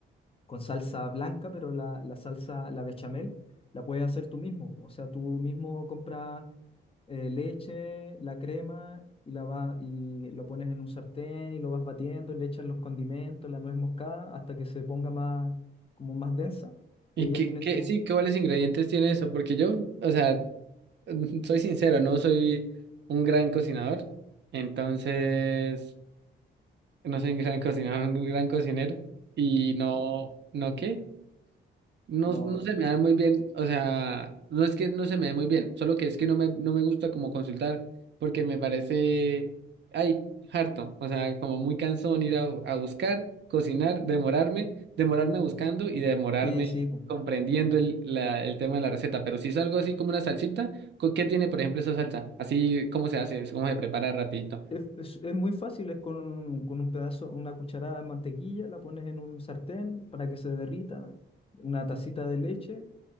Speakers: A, on the left; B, on the right.
A: con salsa blanca, pero la, la salsa, la bechamel, la puedes hacer tú mismo. O sea, tú mismo compras eh, leche, la crema y, la va, y lo pones en un sartén y lo vas batiendo, le echas los condimentos, la nuez moscada hasta que se ponga más, como más densa
B: ¿Y
A: y ahí
B: qué,
A: ya tienes
B: qué,
A: tu...
B: sí, qué cuáles ingredientes tiene eso? Porque yo, o sea, <laughs> mm, soy sincero, no soy un gran cocinador, entonces no soy un gran cocinador, un gran cocinero y no,
A: <laughs>
B: ¿no qué?
A: y
B: No,
A: No,
B: no se me da muy bien, o sea, no es que no se me dé muy bien, solo que es que no me, no me gusta como consultar porque me parece, ay, harto, o sea, como muy cansón ir a, a buscar, cocinar, demorarme, demorarme buscando y demorarme
A: sí, sí, po.
B: comprendiendo el, la- el tema de la receta, pero si es algo así como una salsita, ¿con qué tiene, por ejemplo, esa salsa? Así, ¿cómo se hace? ¿Cómo se prepara rapidito?
A: Es, es- es muy fácil, es con un, con un pedazo, una cucharada de mantequilla, la pones en un sartén para que se derrita, una tacita de leche